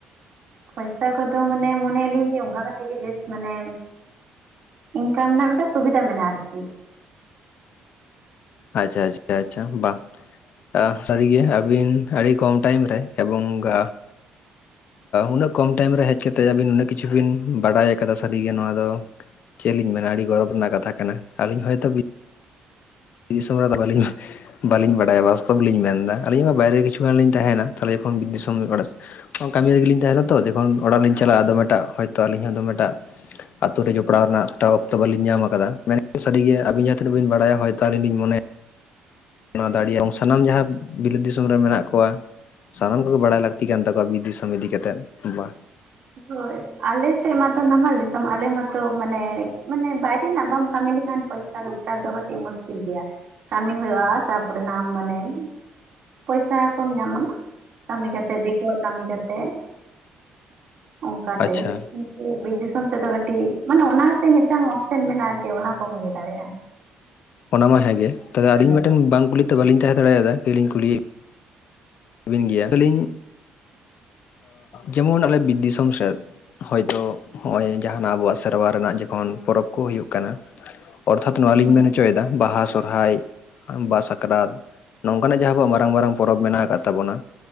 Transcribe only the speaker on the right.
ᱯᱚᱭᱥᱟ ᱠᱚᱫᱚ ᱢᱟᱱᱮ ᱢᱚᱱᱮ ᱭᱟᱞᱤᱧ ᱡᱮ ᱚᱱᱠᱟ ᱠᱟᱛᱮ ᱜᱮ ᱵᱮᱥ ᱢᱟᱱᱮ ᱤᱱᱠᱟᱢ ᱨᱮᱱᱟᱜ ᱢᱤᱫᱴᱟᱝ ᱥᱩᱵᱤᱫᱟ ᱢᱮᱱᱟᱜᱼᱟ ᱟᱨᱠᱤ
ᱦᱳᱭ ᱟᱞᱮ ᱥᱮᱫ ᱢᱟᱛᱚ ᱱᱟᱢᱟᱞ ᱫᱤᱥᱚᱢ ᱟᱞᱮ ᱢᱟᱛᱚ ᱢᱟᱱᱮ ᱢᱟᱱᱮ ᱵᱟᱭᱨᱮ ᱨᱮᱱᱟᱜ ᱵᱟᱢ ᱠᱟᱹᱢᱤ ᱞᱮᱠᱷᱟᱱ ᱯᱚᱭᱥᱟ ᱨᱳᱡᱽᱜᱟᱨ ᱫᱚ ᱠᱟᱹᱴᱤᱡ ᱢᱩᱥᱠᱤᱞ ᱜᱮᱭᱟ ᱠᱟᱹᱢᱤ ᱦᱩᱭᱩᱜᱼᱟ ᱛᱟᱨᱯᱚᱨᱮᱱᱟᱜ ᱟᱢ ᱢᱟᱱᱮ ᱯᱚᱭᱥᱟ ᱠᱚᱢ ᱧᱟᱢᱟ ᱠᱟᱹᱢᱤ ᱠᱟᱛᱮᱜ ᱫᱤᱠᱩᱣᱟᱜ ᱠᱟᱹᱢᱤ ᱠᱟᱛᱮᱜ ᱚᱝᱠᱟᱛᱮ
ᱵᱤᱨ ᱫᱤᱥᱚᱢ ᱥᱮᱫ ᱫᱚ ᱠᱟᱹᱴᱤᱡ ᱢᱟᱱᱮ ᱚᱱᱟᱛᱮ ᱢᱤᱫᱴᱟᱝ ᱚᱯᱥᱮᱱ ᱢᱮᱱᱟᱜᱼᱟ ᱪᱮ ᱚᱱᱟ ᱠᱚᱢ ᱤᱭᱟᱹ ᱫᱟᱲᱮᱭᱟᱜᱼᱟ
ᱫᱟᱲᱮᱭᱟᱜ
ᱦᱩᱸ